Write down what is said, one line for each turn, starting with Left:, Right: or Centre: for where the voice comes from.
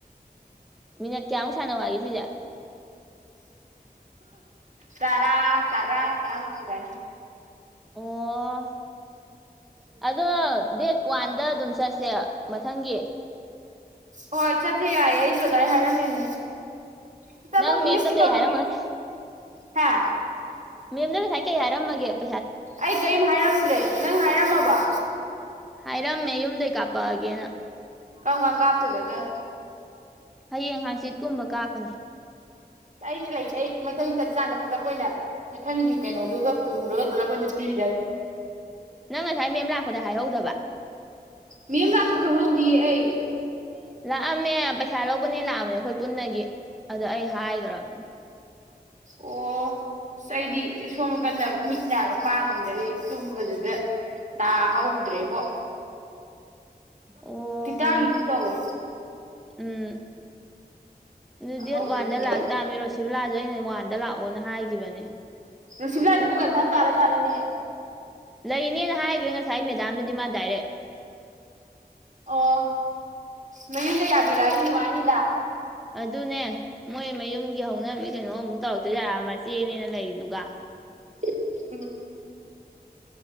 Centre: ꯃꯤꯅꯠ ꯀꯌꯥꯃꯨꯛ ꯁꯥꯟꯅ ꯋꯥꯒꯦ ꯁꯤꯁꯦ
Right: ꯇꯔꯥ ꯇꯔꯥ ꯇꯔꯥ ꯃꯊ ꯌꯥꯏ
Centre: ꯑꯣ ꯑꯗꯣ ꯗꯦꯠ ꯋꯥꯟꯗ ꯑꯗꯨꯝ ꯆꯠꯁꯦ ꯃꯊꯪꯒꯤ
Right: ꯍꯣꯏ ꯆꯠꯁꯦ ꯌꯥꯏꯌꯦ ꯑꯩꯁꯨ ꯑꯗꯨꯃꯥꯏꯅ ꯍꯥꯏꯔꯝꯃꯤꯅꯦ ꯁꯤꯗ ꯑꯃꯨꯛ
Centre: ꯅꯪ
Right: ꯏꯪꯂꯤꯁꯀꯤꯗꯣ
Centre: ꯃꯦꯝꯗ ꯀꯩ
Right: ꯑꯃꯨꯛ
Centre: ꯍꯥꯏꯔꯝꯃꯁꯦ
Right: ꯍꯥ
Centre: ꯃꯦꯝꯗꯅ ꯉꯥꯏꯀꯩ ꯌꯥꯔꯝꯃꯒꯦꯕ
Right: ꯑꯩ ꯀꯔꯤꯝ ꯍꯥꯏꯔꯝꯗ꯭ꯔꯦ ꯅꯪ ꯍꯥꯏꯔꯝꯃꯕ
Centre: ꯍꯥꯏꯔꯝꯃꯦ ꯌꯨꯝꯗꯩ ꯀꯥꯄꯛꯑꯒꯦꯅ
Right: ꯀꯪ ꯀꯥꯡ ꯀꯥꯞꯇꯦꯕꯗ
Centre: ꯍꯌꯦꯡ ꯍꯥꯡꯆꯤꯠꯀꯨꯝꯕ ꯀꯥꯞꯄꯅꯦ
Right: ꯑꯩꯁꯦ ꯂꯩꯁꯦ ꯑꯩ ꯃꯊꯪ ꯆꯠꯀꯥꯟꯗ ꯄꯨꯂꯞ ꯑꯣꯏꯅ ꯃꯊꯪꯒꯤ ꯀꯩꯅꯣꯗꯨꯒ ꯄꯨꯔꯒ ꯄꯨꯂꯞ ꯑꯣꯏꯅ ꯄꯤꯔꯒꯦ
Centre: ꯅꯪ ꯉꯁꯥꯏ ꯃꯦꯝ ꯂꯥꯛꯄꯗ ꯍꯥꯏꯍꯧꯗꯕ
Right: ꯃꯦꯝ ꯂꯥꯛꯄ ꯈꯪꯍꯟꯕꯤꯌꯦ ꯑꯩ
Centre: ꯑꯃꯦ ꯂꯥꯛꯑꯝꯃꯦ ꯄꯩꯁꯥ ꯂꯧꯕꯅꯦ ꯂꯥꯛꯑꯅꯦ ꯑꯩꯈꯣꯏ ꯄꯨꯟꯅꯒꯤ ꯑꯗꯣ ꯑꯩ ꯊꯒꯔꯝꯅꯤ
Right: ꯑꯣ ꯑꯩꯗꯤ ꯁꯣ ꯀ ꯃꯤꯠꯅ ꯄꯥꯡꯉꯝꯗꯕꯤ ꯇꯨꯝꯕꯗꯨꯗ ꯥ ꯍꯧꯗ꯭ꯔꯦꯕꯣ
Centre: ꯑꯣ
Right: ꯇꯥꯒꯤꯒꯨꯝ ꯇꯧꯋꯦ
Centre: ꯎꯝ ꯑꯗꯨ
Right: ꯈꯪꯍꯧꯗ꯭ꯔꯦ
Centre: ꯗꯦꯠ ꯋꯥꯟꯗ
Right: ꯐꯖꯅ
Centre: ꯂꯥꯛꯇꯥꯥꯃꯤꯔꯣ ꯁꯤꯕ ꯂꯥꯑꯁꯨ ꯑꯩꯅ ꯋꯥꯟꯗ ꯂꯥꯛꯑꯣꯅ ꯍꯥꯏꯈꯤꯕꯅꯦ
Right: ꯂꯨꯁꯤꯕꯂꯥ ꯑꯗꯨꯕꯨ ꯀꯖꯥꯝ ꯇꯥꯔꯖꯥꯠꯂꯅꯦ
Centre: ꯂ ꯏ ꯅꯅ ꯍꯥꯏꯈ꯭ꯔꯦ ꯉꯁꯥꯏ ꯃꯦꯗꯥꯝꯗꯗꯤ ꯃ ꯗꯗꯥꯏꯔꯦ
Right: ꯑꯣ ꯃꯌꯨꯝꯗ ꯌꯥꯕꯤꯔꯛꯑꯗꯤ ꯅꯨꯡꯉꯥꯏꯅꯤꯗ
Centre: ꯑꯗꯨꯅꯦ ꯃꯣꯏ ꯃꯌꯨꯝꯒꯤ ꯍꯧꯅꯕꯤ ꯀꯩꯅꯣꯃꯨꯛ ꯇꯧꯔꯛꯇꯣꯏ ꯌꯥꯔꯛꯑ ꯃꯆꯦꯅꯦꯅ ꯂꯩꯗꯨꯒ
Right: ꯎꯝ